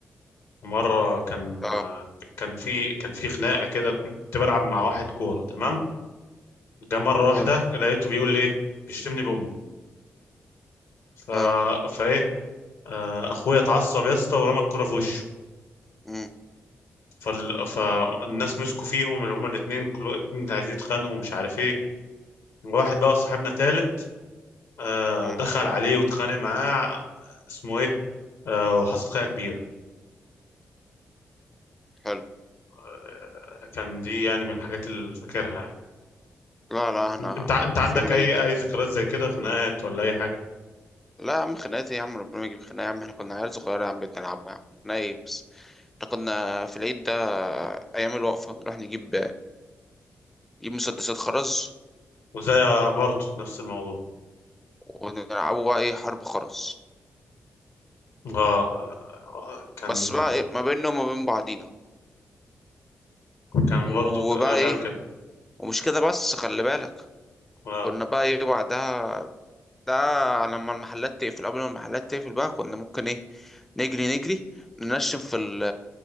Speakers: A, on the left; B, in the centre.
A: ومره كان
B: اه
A: كان في كان في خناقه كده كنت بلعب مع واحد كوره تمام جه مره
B: تمام
A: واحده لقيته بيقول لي إيه؟ بيشتمني بامي ف
B: اه
A: فايه آه، اخويا اتعصب يا اسطى ورمى الكوره في وشه
B: مم.
A: فال... فالناس مسكوا فيهم اللي هما الاثنين كل الاثنين عايزين يتخانقوا ومش عارف ايه واحد بقى صاحبنا تالت آه،
B: مم.
A: دخل عليه واتخانق معاه اسمه ايه آه، وحصل خناقه كبيره
B: حلو
A: آه، كان دي يعني من الحاجات اللي فاكرها يعني.
B: لا لا احنا
A: انت انت
B: كنت
A: عندك
B: في يوم العيد
A: اي
B: ده
A: اي ذكريات زي كده خناقات ولا اي حاجه
B: لا يا عم خناقات إيه يا عم ربنا ما يجيب خناقة يا عم احنا كنا عيال صغيرة يا عم بنلعبوا يا عم خناقة ايه بس احنا كنا في العيد ده ايام الوقفة نروح نجيب نجيب مسدسات خرز
A: وزي برضه نفس الموضوع
B: ونلعبوا بقى ايه حرب خرز
A: اه آه، كان
B: بس بقى ايه ما بيننا وما بين بعضينا
A: كان
B: وبقى
A: برضه كنا بنعمل
B: ايه
A: كده
B: ومش كده بس خلي بالك
A: اه
B: كنا بقى ايه بعدها ده لما المحلات تقفل قبل ما المحلات تقفل بقى كنا ممكن ايه نجري نجري ننشن في ال